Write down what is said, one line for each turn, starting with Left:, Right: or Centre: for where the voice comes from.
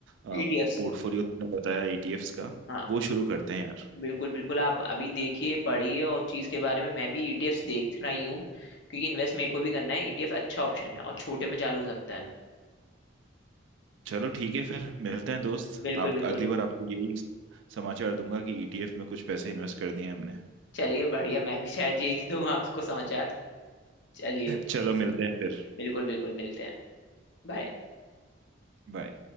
Right: पोर्टफोलियो
Left: ईटीएफ्स
Right: तुमने बताया ईटीएफ्स का
Left: हाँ
Right: वो शुरू करते हैं यार
Left: बिल्कुल बिल्कुल आप अभी देखिए पढ़िए और चीज के बारे में मैं भी ईटीएफ्स देख रही हूँ क्योंकि इन्वेस्ट मेरे को भी करना है ईटीएफ अच्छा ऑप्शन है और छोटे में चालू हो सकता है
Right: चलो ठीक है फिर मिलते हैं दोस्त
Left: बिल्कुल
Right: आप
Left: बिल्कुल
Right: अगली बार आपको यही समाचार दूंगा कि ईटीएफ में कुछ पैसे इन्वेस्ट कर दिए हमने
Left: चलिए बढ़िया मैं भी शायद यही दूंगा आपको समाचार चलिए
Right: चलो मिलते हैं फिर
Left: बिल्कुल बिल्कुल मिलते हैं बाय
Right: बाय